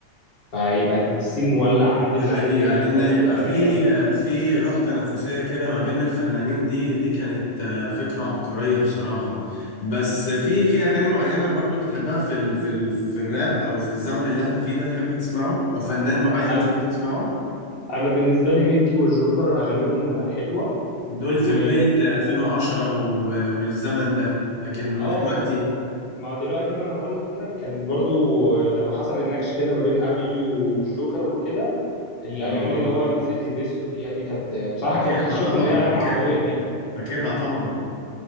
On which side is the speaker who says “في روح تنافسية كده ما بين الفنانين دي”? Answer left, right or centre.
Left